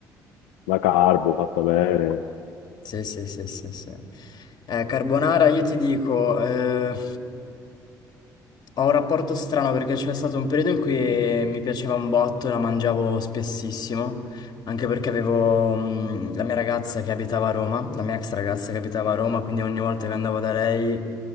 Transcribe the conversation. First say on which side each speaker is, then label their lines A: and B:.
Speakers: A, on the left; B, on the left.
A: la carbo fatta bene.
B: sì, sì, sì, sì, sì. Eh, carbonara, io ti dico, eh, ho un rapporto strano perché c'è stato un periodo in cui mi piaceva un botto, la mangiavo spessissimo, anche perché avevo, mh, la mia ragazza che abitava a Roma, la mia ex ragazza che abitava a Roma, quindi ogni volta che andavo da lei